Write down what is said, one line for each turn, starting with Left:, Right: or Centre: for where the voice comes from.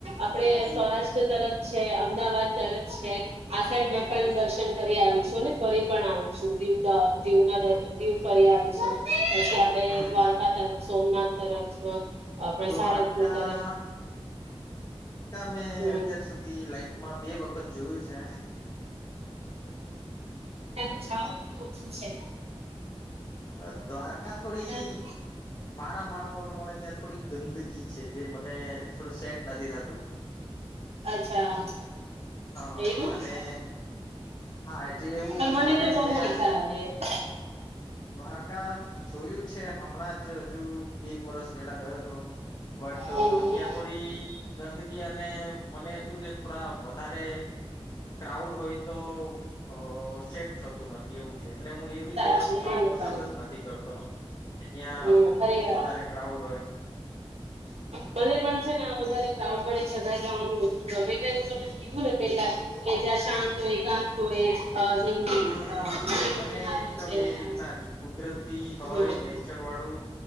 Right: આપણે સૌરાષ્ટ્ર તરફ છે, અમદાવાદ તરફ છે આ સાઈડ મેં પણ દર્શન કરી આવી છું અને ફરી પણ આવી છું દીવ દ અ દીવ ના દીવ ફરી આવી છું. આપણે
Left: હમ
Right: દ્વારકા તરફ, સોમનાથ તરફ,
Left: દ્વારકા
Right: સારંગપુર તરફ
Left: મે
Right: હમ
Left: અત્યાર સુધી લાઈફમાં બે વખત જોયું છે.
Right: તમે જાવ એટલું ઓછું છે.
Left: અ દ્વારકા થોડી
Right: ને
Left: મારા માનવા પ્રમાણે ત્યાં થોડી ગંદ કી છે જે મને થોડું સેટ નથી થાતું
Right: અચ્છા
Left: હા
Right: એવું
Left: અને હા જે એવું
Right: પણ
Left: મને
Right: તો બહુ
Left: મેં
Right: મજા આવે
Left: દ્વારકા જોયું છે હમણાં જ હજુ બે એક વરષ પેહલા ગયો હતો. બટ
Right: હમ
Left: ત્યાં થોડી ગંદકી અને મને શું છે થોડા વધારે ક્રાઉડ હોય તો અ સેટ થતું નથી એવું છે એટલે હું એવા
Right: સાચું
Left: સ્થળ
Right: મને
Left: પસંદ
Right: પણ
Left: જ નથી કરતો કે ત્યાં
Right: હમ ખરી
Left: બહુ
Right: વાત
Left: વધારે ક્રાઉડ હોય.
Right: મને પણ છે ને વધારે ક્રાઉડવાળી જગાએ જાવાનું ઓછું ગમે તેમ તમે કીધુંને પેહલા કે જ્યાં શાંત હોય શાંત હોય અ જેમ અ નદી
Left: હમ્મ હમ્મ મને
Right: કિનારો
Left: એકદમ
Right: છે
Left: એ
Right: આમ
Left: રીતના જ કુદરતી હોય
Right: હમ હમ
Left: નેચરવાળું